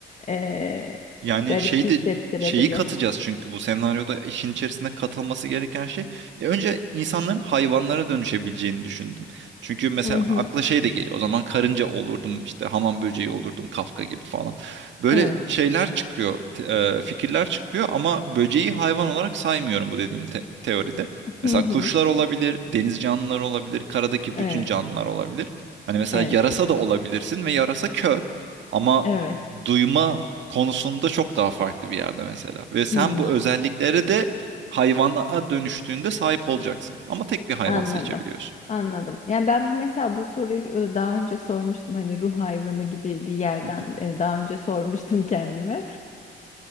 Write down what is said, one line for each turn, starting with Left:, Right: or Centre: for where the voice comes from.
Left: e,
Right: Yani
Left: garip
Right: şey
Left: hissettirebilir.
Right: de şeyi katacağız çünkü bu senaryoda işin içerisine katılması gereken şey. Ya önce insanların hayvanlara dönüşebileceğini düşündüm. Çünkü mesela
Left: Hı hı.
Right: akla şey de geliyor. O zaman karınca olurdum işte hamam böceği olurdum Kafka gibi falan. Böyle
Left: Evet.
Right: şeyler çıkıyor, te- e, fikirler çıkıyor ama böceği hayvan olarak saymıyorum bu dediğim te- teoride. Mesela
Left: Hı hı.
Right: kuşlar olabilir, deniz canlıları olabilir, karadaki
Left: Evet.
Right: bütün canlılar olabilir. Hani mesela
Left: Evet.
Right: yarasa da olabilirsin ve yarasa kör ama
Left: Evet.
Right: duyma konusunda çok daha farklı bir yerde mesela. Ve sen
Left: Hı.
Right: bu özelliklere de hayvana dönüştüğünde sahip olacaksın. Ama tek bir hayvan
Left: Anladım.
Right: seçebiliyorsun.
Left: Anladım. Yani ben bu mesela bu soruyu e, daha önce sormuştum. Hani ruh hayvanı gibi bir yerden
Right: Değil
Left: e, daha önce sormuştum kendime.